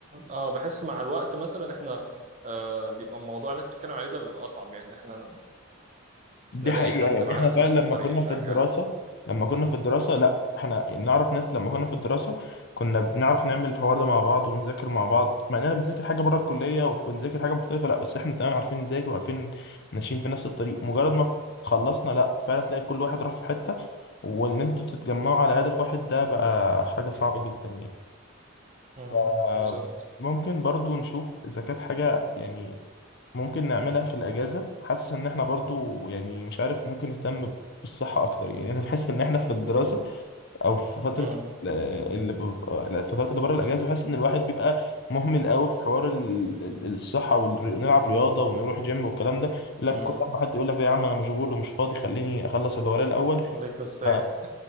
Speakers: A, on the right; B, on the left.
A: اه بحس مع الوقت مثلا احنا آه بيبقى الموضوع اللي انت بتتكلم عليه ده بيبقى اصعب يعني احنا
B: دي
A: نلاقي
B: حقيقة
A: حد
B: يعني
A: معانا
B: احنا
A: في
B: فعلا
A: نفس الطريق
B: لما كنا
A: يشجعنا
B: في الدراسة لما كنا في الدراسة لا احنا نعرف ناس لما كنا في الدراسة كنا بنعرف نعمل الحوار ده مع بعض ونذاكر مع بعض مع اننا بنذاكر حاجة بره الكلية وبنذاكر حاجة مختلفة لا بس احنا تمام عارفين نذاكر وعارفين ماشيين في نفس الطريق مجرد ما خلصنا لا فعلا تلاقي كل واحد راح في حتة وان انتوا تتجمعوا على هدف واحد ده بقى حاجة صعبة جدا يعني
A: امم
B: ف-
A: بالظبط
B: ممكن برضو نشوف اذا كانت حاجة يعني ممكن نعملها في الأجازة حاسس إن إحنا برضو يعني مش عارف ممكن نهتم بالصحة أكتر يعني أنا بحس إن إحنا في الدراسة أو في فترة
A: امم
B: ال- اللي ببقى الفترات اللي بره الأجازة بحس إن الواحد بيبقى مهمل قوي في حوار ال- ال- الصحة ونلعب رياضة ونروح جيم والكلام ده يقول لك
A: امم
B: كل ما حد يقول لك لا يا عم أنا مشغول ومش فاضي خليني أخلص اللي ورايا الأول
A: عليك الصيف
B: آه